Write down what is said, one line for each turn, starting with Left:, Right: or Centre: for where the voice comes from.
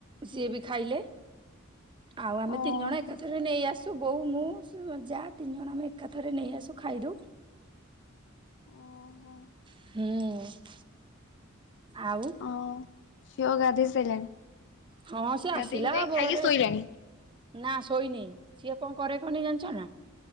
Right: ସିଏ ବି ଖାଇଲେ। ଆଉ ଆମେ
Left: ଓହୋ
Right: ତିନି ଜଣ ଏକାଥରେ ନେଇ ଆସୁ ତ ବୋଉ ମୁଁ ସେ ଯା ତିନି ଜଣ ଆମେ ଏକାଥରେ ନେଇ ଆସୁ ଖାଇଦଉ।
Left: ଓହୋ।
Right: ହୁଁ। ଆଉ
Left: ହଁ ଝିଅ ଗାଧୋଇ ସାରିଲାଣି।
Right: ହଁ ସେ
Left: ଗାଧେଇ
Right: ଆସିଲା
Left: ଗୁଧାଇ
Right: ବହରେ
Left: ଖାଇକି ଶୋଇଲାଣି।
Right: ନା ଶୋଇନେଇ ସିଏ କଣ କରେ କନି ଜାଣିଛ ନା